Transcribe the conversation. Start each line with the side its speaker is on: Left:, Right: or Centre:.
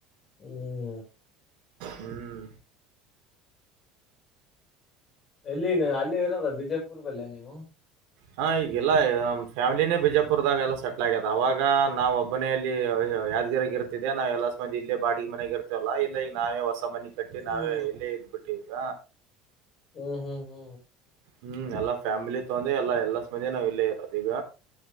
Left: ಹ್ಮ್
Right: ಹ್ಮ್
Left: ಎಲ್ಲಿಗ ಅಲ್ಲಿ ಇರೋ ಬಿಜಾಪುರ ದಲ್ಲಿ ನೀವು
Right: ಹಾ ಈಗಲ್ಲ ನಮ್ಮ ಪ್ಯಾಮಿಲಿನೇ ಬಿಜಾಪುರದಾಗೆಲ್ಲ ಸೆಟ್ಲ ಆಗ್ಯದ ಅವವಾಗ ನಾವ ಮನೆಯಲ್ಲಿ ಯಾದಗೆ ರ ಇರ್ತಿದೆ ನಾವ್ ಎಲ್ಲಂದಿ ಇಲ್ಲ ಬಾಡಿಗೆ ಮನೆಗೆ ಇರ್ತ ಇತಲ್ಲಾ ಇಲ್ಲ ಈಗ ನಾವೇ ಹೊಸ ಮನಿ ಕಟ್ಟಿ
Left: ಹ್ಮ್
Right: ನಾವೇ ಇಲ್ಲೇ ಇದ್ ಬಿಟ್ಟಿವ ಈಗ
Left: ಹು ಹು ಹು
Right: ಹ್ಮ್ ಎಲ್ಲ ಫ್ಯಾಮಿಲಿ ತೊಂದ ಎಲ್ಲಾ ಎಲ್ಲ ಮಂದಿ ನಾವ್ ಇಲ್ಲೇ ಇರೋದು ಈಗ